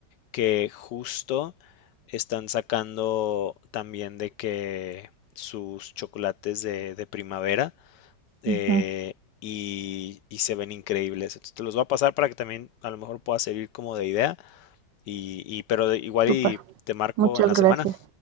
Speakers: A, on the left; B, on the right.
A: que justo están sacando también de que sus chocolates de, de primavera eh,
B: ujú,
A: y, y se ven increíbles. Entonces te los voy a pasar para que también a lo mejor pueda servir como de idea y, y pero de- igual
B: Súper,
A: y te marco
B: muchas
A: en la
B: gracias.
A: semana,